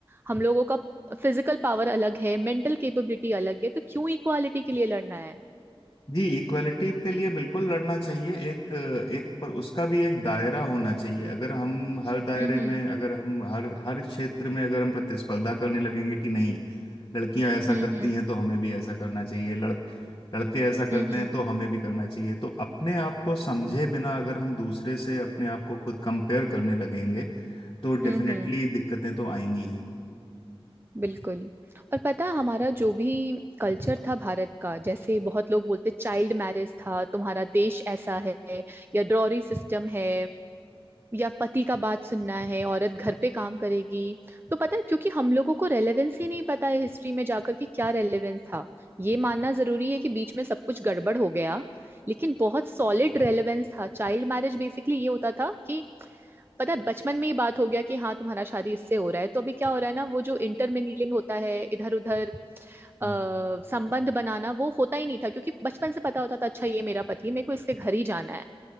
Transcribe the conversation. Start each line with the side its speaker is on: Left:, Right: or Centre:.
Right: हम लोगों का फिजिकल पावर अलग है मेंटल कैपेबिलिटी अलग है तो क्यों इक्वालिटी के लिए लड़ना है
Left: जी इक्वलिटी के लिए बिल्कुल लड़ना चाहिए एक एक पर उसका भी एक दायरा होना चाहिए अगर हम हर दायरे
Right: हम्म
Left: में अगर हम हर हर क्षेत्र में अगर हम प्रतिस्पर्धा करने लगेंगे कि नहीं लड़कियां ऐसा
Right: हम्म
Left: करती
Right: हम्म
Left: हैं तो हमें भी ऐसा करना चाहिए लड़ लड़के ऐसा करते
Right: हम्म
Left: हैं
Right: हम्म
Left: तो हमें भी करना चाहिए तो अपने आप को समझे बिना अगर हम दूसरे से अपने आप को खुद कंपेयर करने लगेंगे तो डेफिनेटली
Right: हम्म हम्म
Left: दिक्कतें तो आएंगी ही
Right: बिल्कुल और पता है, हमारा जो भी कल्चर था भारत का जैसे बहुत लोग बोलते चाइल्ड मैरिज था तुम्हारा देश ऐसा है या ड्रॉरी सिस्टम है या पति का बात सुनना है औरत घर पे काम करेगी तो पता है क्योंकि हम लोगों को रेलेवेंस ही नहीं पता है हिस्ट्री में जाकर कि क्या रेलेवेंस था ये मानना जरूरी है कि बीच में सब कुछ गड़बड़ हो गया लेकिन बहुत सॉलिड रेलेवेंस था चाइल्ड मैरिज बेसिकली ये होता था कि पता है बचपन में ही बात हो गया कि हाँ तुम्हारा शादी इससे हो रहा है तो अभी क्या हो रहा है ना वो जो इंटरमिंगलिंग होता है इधर उधर
Left: हम्म
Right: संबंध बनाना वो होता ही नहीं था क्योंकि बचपन से पता होता था अच्छा ये मेरा पति मेरे को इसके घर ही जाना है